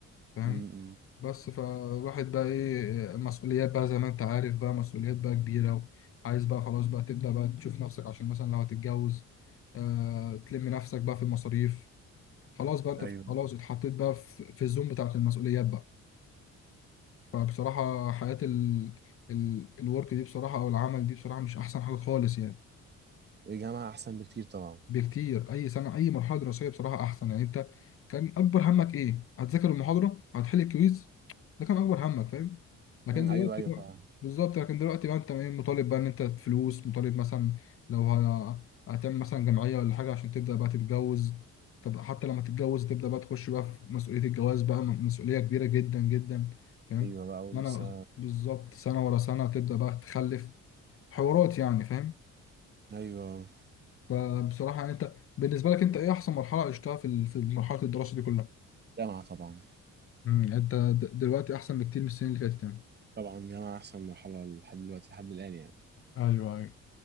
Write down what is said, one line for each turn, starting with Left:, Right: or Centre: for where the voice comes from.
Left: فاهم
Right: امم
Left: بس فالواحد بقى ايه مسؤوليات بقى زي ما انت عارف بقى مسؤوليات بقى كبيرة وعايز بقى خلاص بقى تبدأ بقى تشوف نفسك عشان مثلا لو هتتجوز آه تلم نفسك بقى في المصاريف خلاص بقى انت
Right: ايوه
Left: خلاص اتحطيت بقى في, في الزوم بتاعت المسؤوليات بقى فبصراحة حياة ال ال الورك دي بصراحة او العمل دي بصراحة مش احسن حاجة خالص يعني
Right: الجامعه احسن بكتير طبعا
Left: بكتير اي سنه اي مرحله دراسيه بصراحه احسن يعني انت كان اكبر همك ايه هتذاكر المحاضره هتحل الكويز ده كان اكبر همك فاهم لكن
Right: امم
Left: دلوقتي
Right: ايوه ايوه
Left: بقى
Right: فعلا
Left: بالظبط لكن دلوقتي بقى انت ايه مطالب بقى ان انت فلوس مطالب مثلا لو ه- هتعمل مثلا جمعيه ولا حاجه عشان تبدا بقى تتجوز طب حتى لما تتجوز تبدا بقى تخش بقى في مسؤوليه الجواز بقى م- مسؤوليه كبيره جدا جدا فاهم
Right: ايوه بقى ولسه
Left: ما انا بالظبط سنه ورا سنه تبدا بقى تخلف حوارات يعني فاهم
Right: ايوه
Left: فبصراحة يعني انت بالنسبة لك انت ايه احسن مرحلة عشتها في ال- في مرحلة الدراسة دي كلها؟
Right: جامعة طبعا
Left: امم يعني انت د- دلوقتي احسن بكتير من السنين اللي فاتت يعني
Right: طبعا جامعة احسن مرحلة لحد دلوقتي لحد الان يعني
Left: ايوه ايوه